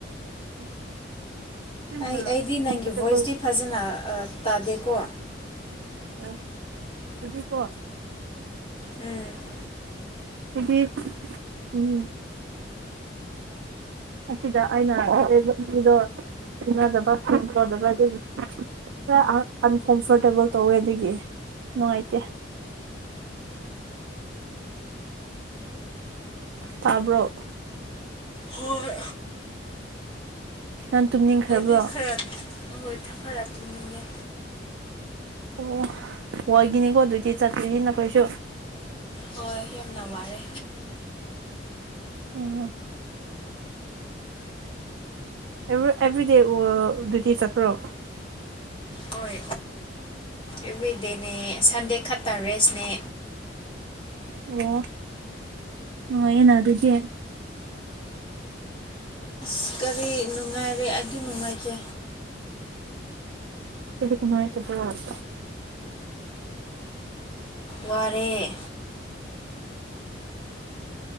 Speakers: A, on the right; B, on the left.
A: <inaudible>
B: ꯑꯩ ꯑꯩꯗꯤ
A: ꯀꯝꯐꯣꯔꯇꯦꯕꯜ
B: ꯅꯪꯒꯤ ꯚꯣꯏꯁꯇꯤ ꯐꯖꯅ ꯇꯥꯗꯦꯀꯣ
A: ꯑꯣ ꯑꯗꯨꯗꯤ ꯀꯣ
B: ꯎꯝ
A: ꯑꯩꯗꯤ ꯎꯝ ꯑꯁꯤꯗ ꯑꯩꯅ ꯂꯩꯕ ꯃꯤꯗꯣ ꯇꯤꯟꯅꯗꯕ <inaudible> ꯑꯗꯨꯒꯤ ꯈꯔ ꯑꯟꯀꯝꯐꯣꯔꯇꯦꯕꯜ ꯇꯧꯋꯦ ꯑꯗꯨꯒꯤ ꯅꯨꯡꯉꯥꯏꯇꯦ ꯇꯥꯕ꯭ꯔꯣ
B: ꯍꯣꯏ
A: ꯅꯪ ꯇꯨꯝꯅꯤꯡꯈ꯭ꯔꯕ꯭ꯔꯣ
B: ꯑꯩꯗꯤ ꯈꯔ ꯍꯣꯏ ꯈꯔ ꯇꯨꯝꯅꯤꯡꯉꯦ
A: ꯑꯣ ꯋꯥꯏꯒꯤꯅꯤꯀꯣ ꯑꯗꯨꯗꯤ ꯆꯠꯇꯣꯏꯁꯤ ꯅꯈꯣꯏꯁꯨ
B: ꯍꯣꯏ ꯌꯥꯝꯅ ꯋꯥꯔꯦ
A: ꯎꯝ ꯑꯦ ꯑꯦꯚ꯭ꯔꯤ ꯗꯦ ꯋꯥꯜꯗꯨꯗꯤ ꯆꯠꯄꯔꯣ
B: ꯍꯣꯏ ꯑꯦꯕ꯭ꯔꯤꯗꯦꯅꯦ ꯁꯟꯗꯦ ꯈꯛꯇ ꯔꯦꯁꯅꯦ
A: ꯑꯣ ꯅꯨꯡꯉꯥꯏꯌꯦꯅ ꯑꯗꯨꯗꯤ
B: ꯑꯁ ꯀꯔꯤ ꯅꯨꯡꯉꯥꯏꯔꯦ ꯑꯩꯗꯤ ꯅꯨꯡꯉꯥꯏꯇꯦ
A: ꯀꯔꯤꯒꯤ ꯅꯨꯡꯉꯥꯏꯇꯕꯔꫭ
B: ꯋꯥꯔꯦ